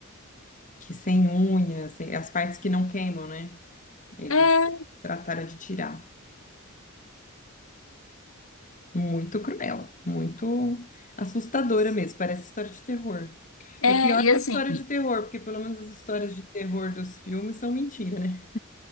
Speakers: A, on the left; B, on the left.
A: que sem unhas, sem- as partes que não queimam, né? Eles
B: É,
A: trataram de tirar. Muito cruel, muito assustadora mesmo, parece história de terror.
B: é,
A: É pior
B: e
A: que
B: assim,
A: história de terror, porque pelo menos as histórias de terror dos filmes são mentira, né?